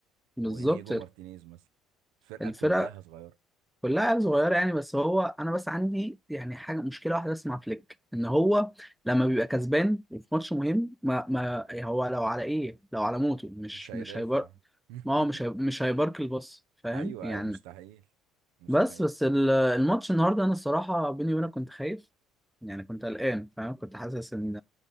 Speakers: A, on the right; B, in the centre.
A: وانيجو
B: بالظبط
A: مارتينيز مثلا الفرقه
B: الفرقه
A: كلها صغيره
B: كلها عيال صغيرة يعني بس هو أنا بس عندي يعني حاجة مشكلة واحدة بس مع فليك إن هو لما بيبقى كسبان وفي ماتش مهم ما ما يعني هو لو على إيه لو على موته مش
A: مش هيدافع
B: مش هيبر
A: <laughs>
B: ما هو مش هي... مش هيبارك الباص فاهم
A: ايوه
B: يعني
A: ايوه مستحيل مستحيل
B: بس بس ال- الماتش النهاردة أنا الصراحة بيني وبينك كنت خايف يعني كنت قلقان فاهم كنت حاسس إن